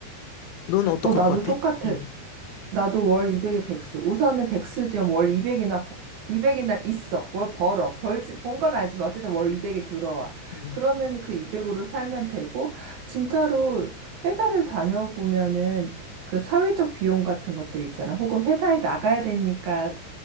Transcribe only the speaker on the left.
너는 어떡할
것 같아?
음.
음.